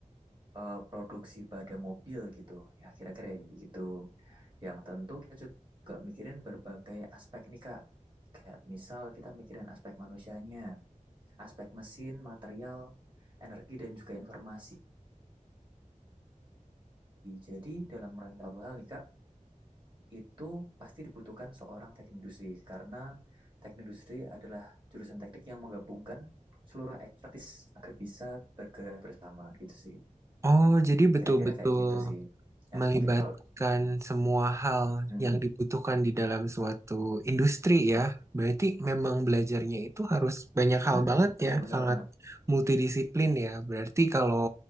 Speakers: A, on the right; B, on the right.
A: eh, produksi pada mobil gitu. Ya kira-kira gitu. Yang tentu kita juga mikirin berbagai aspek nih Kak. Kayak misal kita mikirin aspek manusianya, aspek mesin, material, energi dan juga informasi. Jadi dalam rangka suatu hal nih Kak, Itu pasti dibutuhkan seorang teknik industri, karena teknik industri adalah jurusan teknik yang menggabungkan seluruh expertise agar bisa bergerak bersama gitu sih.
B: Oh, jadi betul-betul.
A: Kira-kira kayak gitu sih. Nah,
B: melibatkan
A: mungkin kalau
B: semua hal
A: Mm,
B: yang dibutuhkan di dalam suatu industri ya. Berarti memang belajarnya itu harus banyak
A: mm,
B: hal banget
A: bener-bener
B: ya, sangat
A: banget.
B: multidisiplin ya. Berarti kalau